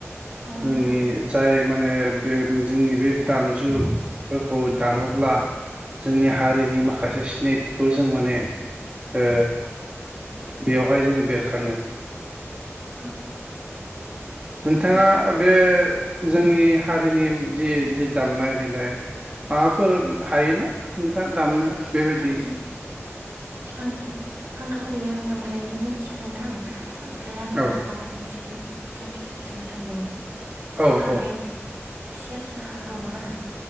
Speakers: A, on the right; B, on the right.
A: औ
B: जोंनि
A: नोंथां
B: जाय माने बे जोंनि बे दामजुफोरखौ दामोब्ला जोंनि हारिनि माखासे सिनायथिखौ जों माने ओ बेयावहाय जोङो बेरखाङो।
A: औ
B: नोंथाङा
A: ओमफ्राय
B: बे जोंनि हारिनि जि जि दामनाय देनाय माबाफोर हायोना नोंथाङा दामनो बेबायदि
A: आं आंथ' आंथ' ओरैनो बांद्राय मिथिया नोंथां ओमफ्राय आं नोंथांनावहाय
B: औ
A: मोनसे सोंथिो सोंनो सानदोंमोन। जोंहा
B: औ औ
A: बे सेरजा दङनाा